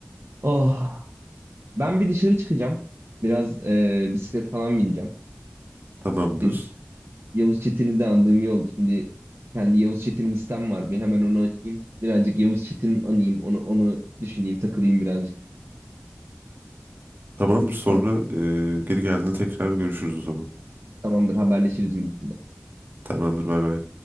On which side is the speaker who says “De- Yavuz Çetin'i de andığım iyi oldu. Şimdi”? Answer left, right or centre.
Right